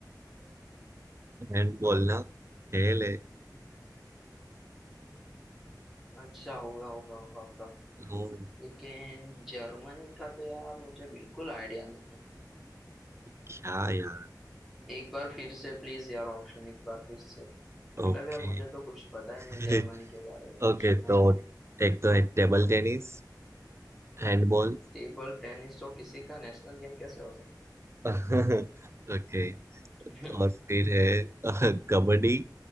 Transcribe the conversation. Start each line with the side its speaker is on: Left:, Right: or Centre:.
Right: हैंडबॉल ना खेल है
Centre: है अच्छा होगा होगा होगा होगा
Right: हम्म,
Centre: लेकिन जर्मनी का तो यार मुझे बिल्कुल आइडिया नहीं है
Right: क्या यार
Centre: एक बार फिर से प्लीज यार ऑप्शन एक बार फिर से मतलब
Right: ओके
Centre: यार मुझे तो कुछ पता
Right: <laughs>
Centre: ही नहीं जर्मनी के बारे में कुछ
Right: ओके
Centre: सुना
Right: तो
Centre: ही नहीं
Right: एक तो है टेबल टेनिस हैंडबॉल
Centre: टेबल टेनिस तो किसी का नेशनल गेम कैसे हो सकता
Right: <laughs> ओके
Centre: है <laughs>
Right: और फिर है <laughs> कबड्डी